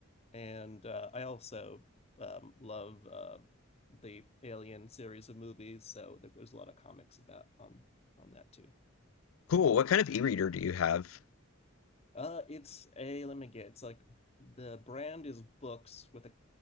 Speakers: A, on the left; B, on the left.
A: and uh, I also um, love uh, the Alien series of movies. So there, there's a lot of comics about on on that too.
B: Cool. What kind of e-reader do you have?
A: Uh, it's a let me get. It's like the brand is books with a